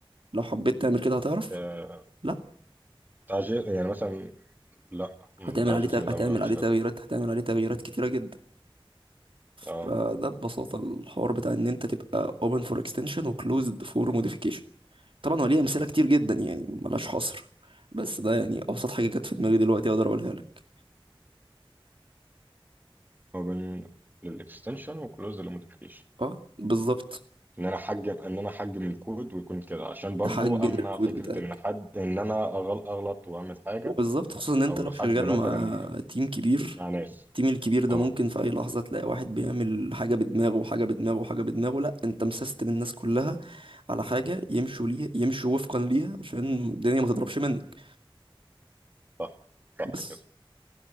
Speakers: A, on the right (about 70°); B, on the right (about 20°).
A: لو حبيت تعمل كده هتعرف
B: آه،
A: لا
B: تعجيل يعني مثلا لا بتاع
A: هتعمل عليه
B: جيسون
A: تغ...
B: لا
A: هتعمل
B: ما بعملش
A: عليه
B: كده
A: تغييرات هتعمل عليه تغييرات كتيره جدا فده
B: اه
A: ببساطة الحوار بتاع ان انت تبقى open for extension و closed for modification طبعا هو ليه امثلة كتير جدا يعني ملهاش حصر بس ده يعني ابسط حاجة جت في دماغي دلوقتي اقدر اقولها لك
B: هو من للاكستنشن وكلوز للموديفيكيشن
A: اه بالظبط
B: ان انا احجم ان انا احجم الكود ويكون كده عشان برضو
A: تحجم
B: امنع
A: الكود
B: فكره
A: بتاعك
B: ان حد ان انا أغل- اغلط واعمل حاجه
A: وبالظبط خصوصا ان انت
B: او
A: لو شغال
B: حد مثلا
A: مع تيم كبير
B: مع ناس
A: التيم الكبير ده
B: اه
A: ممكن في اي لحظة تلاقي واحد بيعمل حاجة بدماغه وحاجة بدماغه وحاجة بدماغه لا انت مسستم الناس كلها على حاجة يمشوا ليه يمشوا وفقا ليها عشان الدنيا ما تضربش منك
B: صح صح
A: بس
B: كده